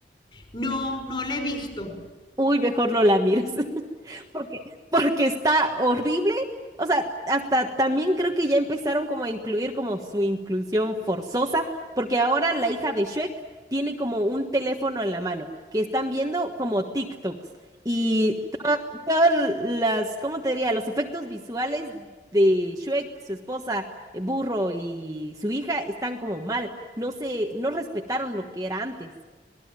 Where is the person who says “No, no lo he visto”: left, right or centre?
Left